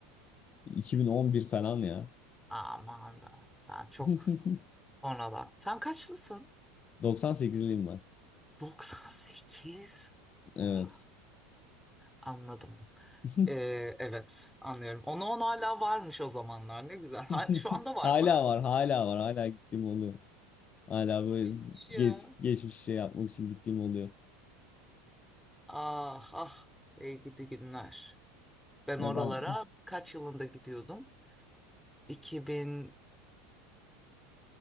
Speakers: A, on the left; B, in the centre.
A: 2011 falan ya.
B: Aman da sen çok
A: <laughs>
B: sonralar. Sen kaçlısın?
A: doksan sekizliyim ben.
B: 98.
A: Evet.
B: Oha anladım.
A: <laughs>
B: Ee, evet anlıyorum. Ona on hala varmış o zamanlar ne güzel. Ha-
A: <laughs>
B: şu anda var
A: Hala
B: mı?
A: var, hala var. Hala gittiğim oluyor. Hala böyle
B: <laughs> İyiymiş
A: z-
B: ya.
A: geç, geçmiş şey yapmak için gittiğim oluyor.
B: Ah ah ey gidi günler. Ben
A: Ve
B: oralara
A: ben
B: kaç yılında gidiyordum? 2003,